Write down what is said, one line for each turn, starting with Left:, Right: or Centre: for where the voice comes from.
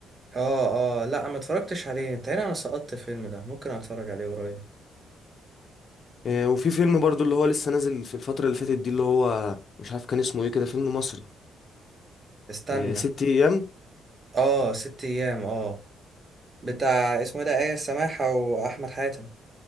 Right: اه اه لا ما اتفرجتش عليه بتهيألي انا سقطت الفيلم ده ممكن اتفرج عليه قريب
Left: إيه وفي فيلم برضه اللي هو لسه نازل في الفترة اللي فاتت دي اللي هو مش عارف كان اسمه ايه كده فيلم مصري
Right: استنى
Left: إيه ست ايام
Right: اه ست ايام اه بتاع اسمه إيه ده آية سماحة واحمد حاتم